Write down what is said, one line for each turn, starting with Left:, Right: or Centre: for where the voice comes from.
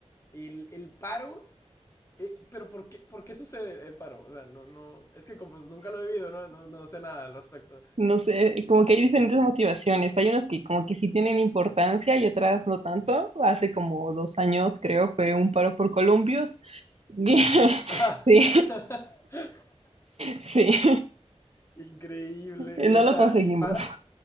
Left: el, el paro, eh, pero ¿por qué, por qué sucede el paro? O sea, no, no, es que como pues, nunca lo he vivido, no, no, no sé nada al respecto.
Right: No sé, como que hay diferentes motivaciones. Hay unas que como que sí tienen importancia y otras no tanto. Hace como dos años, creo, fue un paro por columpios. <laughs>
Left: Ah,
Right: Sí,
Left: <laughs>
Right: sí,
Left: Increíble.
Right: no
Left: Y, o
Right: lo
Left: sea,
Right: conseguimos.
Left: y paran